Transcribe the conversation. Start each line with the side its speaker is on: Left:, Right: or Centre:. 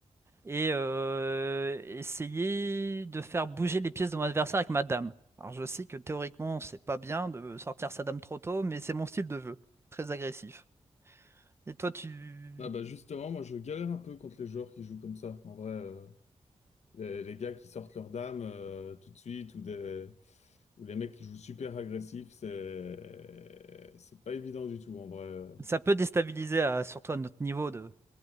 Right: et euh, essayer de faire bouger les pièces de mon adversaire avec ma dame. Alors, je sais que théoriquement, c'est pas bien de sortir sa dame trop tôt, mais c'est mon style de jeu, très agressif. Et toi, tu
Left: Ah bah justement, moi je galère un peu contre les joueurs qui jouent comme ça. En vrai, euh, les, les gars qui sortent leur dame euh, tout de suite ou des ou les mecs qui jouent super agressifs, c'est c'est pas évident du tout en vrai.
Right: Ça peut déstabiliser, à- surtout à notre niveau de,